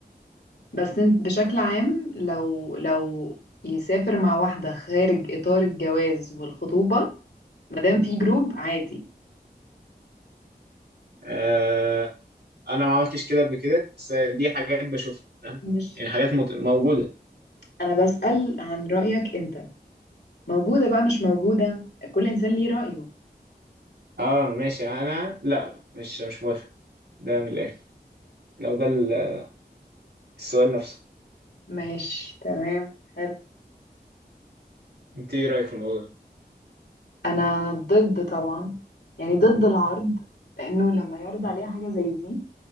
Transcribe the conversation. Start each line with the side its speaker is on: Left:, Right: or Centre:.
Left: بس انت بشكل عام لو لو يسافر مع واحدة خارج إطار الجواز والخطوبة مادام في جروب عادي
Right: آه انا ما عملتش كده قبل كده بس دي حاجات بشوفها فاهم
Left: مش
Right: يعني حاجات مت- موجوده
Left: انا بسأل عن رأيك انت موجودة بقى مش موجودة كل إنسان ليه رأيه
Right: اه ماشي انا لا مش مش موافق ده من الاخر لو ده ال- السؤال نفسه
Left: ماشي تمام حلو
Right: انت ايه رايك في الموضوع ده؟
Left: أنا ضد طبعا يعني ضد العرض لأنه لما يعرض عليها حاجة زي دي